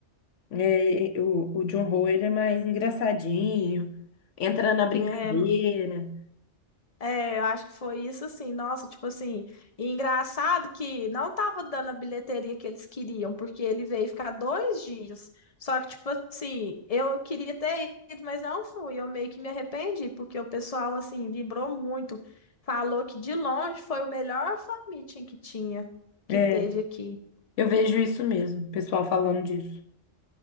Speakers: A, on the left; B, on the left.
A: É, o, o John Ho, ele é mais engraçadinho, entra na brincadeira.
B: né? É, eu acho que foi isso assim, nossa, tipo assim, e engraçado que não tava dando a bilheteria que eles queriam, porque ele veio ficar dois dias. Só que, tipo assim, eu queria ter ido, mas não fui. Eu meio que me arrependi, porque o pessoal, assim, vibrou muito. Falou que de longe foi o melhor fan meeting que tinha, que
A: É,
B: teve aqui.
A: eu vejo isso mesmo, o pessoal falando disso.